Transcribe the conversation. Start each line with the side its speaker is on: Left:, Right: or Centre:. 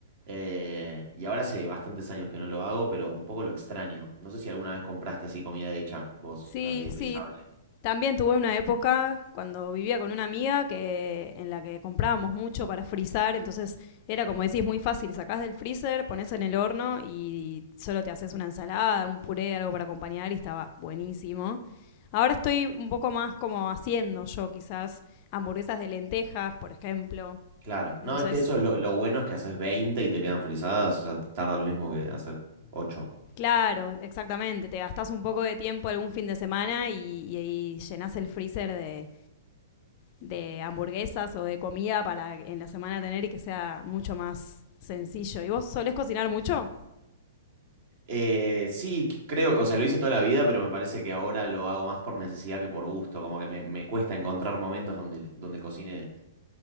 Right: Eh, y ahora hace bastantes años que no lo hago, pero un poco lo extraño. No sé si alguna vez compraste así comida hecha, vos,
Left: Sí,
Right: así frizable.
Left: sí. También tuve una época cuando vivía con una amiga que en la que comprábamos mucho para frizar, entonces era como decís, muy fácil, sacás del freezer, pones en el horno y solo te haces una ensalada, un puré, algo para acompañar y estaba buenísimo. Ahora estoy un poco más como haciendo yo quizás hamburguesas de lentejas, por ejemplo.
Right: Claro,
Left: Entonces,
Right: no, es que eso es lo, lo bueno es que haces 20 y te quedan frizadas, o sea, tarda lo mismo que hacer ocho
Left: claro, exactamente, te gastás un poco de tiempo algún fin de semana y, y, y llenás el freezer de, de hamburguesas o de comida para en la semana tener y que sea mucho más sencillo. ¿Y vos solés cocinar mucho?
Right: Eh, sí, qu- creo, o sea, lo hice toda la vida, pero me parece que ahora lo hago más por necesidad que por gusto, como que me, me cuesta encontrar momentos donde, donde cocine